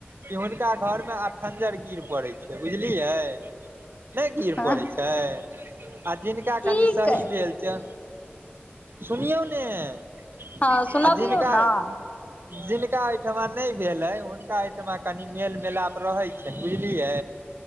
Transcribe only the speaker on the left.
ह
ठीक
हँ सुनबियौ
ने